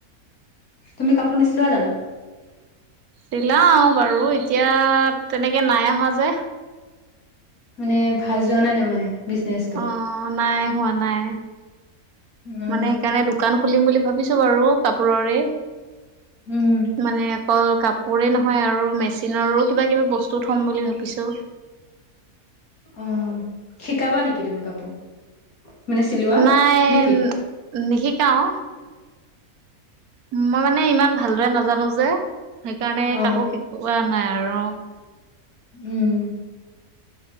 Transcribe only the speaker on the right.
চিলাও বাৰু এতিয়া তেনেকে নাই অহা যে।
অ নাই হোৱা নাই।
মানে সেকাণে দোকান খুলিম বুলি ভাবিছো বাৰু কাপোৰৰে।
মানে অকল কাপোৰে নহয় আৰু মেচিনৰো কিবা কিবি বস্তু থম বুলি ভাবিছো।
নাই।
নিশিকাও। মই মানে ইমান ভালদৰে নাজানো যে। সেকাৰণে
কাকো শিকোৱা নাই আৰু।